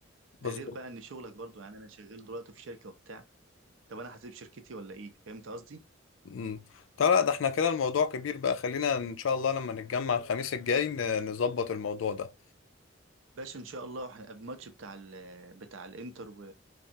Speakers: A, on the left (about 80°); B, on the right (about 75°).
A: بالظبط
B: ده غير بقى ان شغلك برضو يعني انا شغال دلوقتي في شركة وبتاع طب انا هسيب شركتي ولا ايه فهمت قصدي
A: مم. طيب لا ده احنا كده الموضوع كبير بقى خلينا ان شاء الله لما نتجمع الخميس الجاي ن- نظبط الموضوع ده
B: باشا ان شاء الله هنبقى الماتش بتاع ال... بتاع الانتر و...